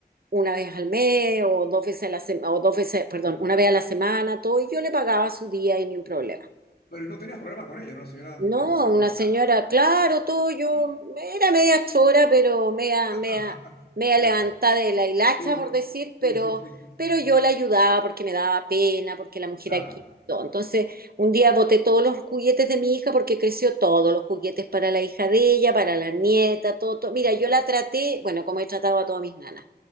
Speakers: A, on the right; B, on the left.
A: una vez al mes o dos veces a la semana, o dos veces, perdón,
B: sí.
A: una vez a la semana, todo, y yo le pagaba su día y ni un problema.
B: Pero no tenías problema con ella, era una señora,
A: No,
B: digamos, de
A: una
B: buen carácter.
A: señora, claro, todo yo,
B: Ya,
A: era media chora, pero media,
B: <laughs>
A: media, media
B: ya.
A: levantada de la hilacha,
B: Sí,
A: por decir, pero,
B: sí, sí, sí, sí,
A: pero
B: sí, sí.
A: yo la ayudaba porque me daba pena, porque la mujer
B: Claro.
A: aquí, todo. Entonces, un día boté todos los juguetes de mi hija porque creció todos los juguetes para la hija de ella, para la nieta, todo, todo.
B: Ah,
A: Mira, yo
B: bueno.
A: la traté, bueno, como he tratado a todas mis nanas.